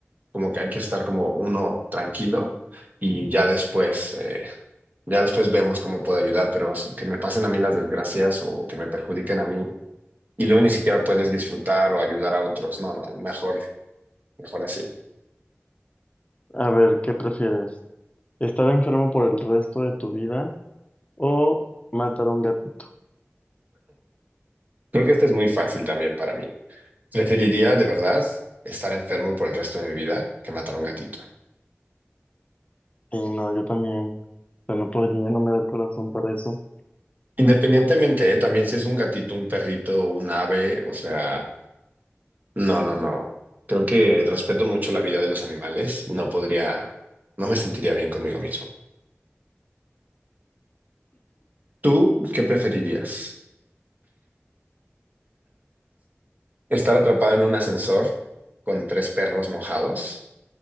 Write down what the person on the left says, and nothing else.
A ver, ¿qué prefieres? ¿Estar enfermo por el resto de tu vida o matar a un gatito?
Y no, yo también. o sea no podría, no me da el corazón para eso.